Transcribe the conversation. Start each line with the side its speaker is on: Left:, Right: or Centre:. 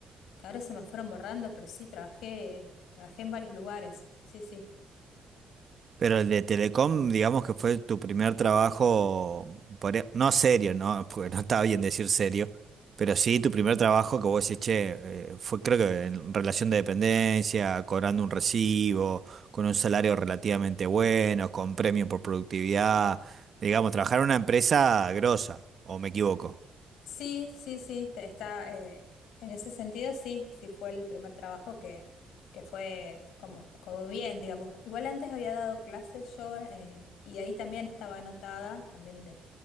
Left: que ahora se me fueron borrando, pero sí trabajé, trabajé en varios lugares. Sí, sí.
Right: Pero el de Telecom, digamos que fue tu primer trabajo, podría- no serio, ¿no? <laughs> Porque no estaba bien decir serio, pero sí tu primer trabajo que vos decís, che, eh, fue creo que en relación de dependencia, cobrando un recibo, con un salario relativamente bueno, con premio por productividad, digamos, trabajar en una empresa grosa, ¿o me equivoco?
Left: Sí, sí, sí, te- está, eh, en ese sentido sí, sí fue el primer trabajo que, que fue como, como bien, digamos. Igual antes había dado clases yo eh, y ahí también estaba anotada, también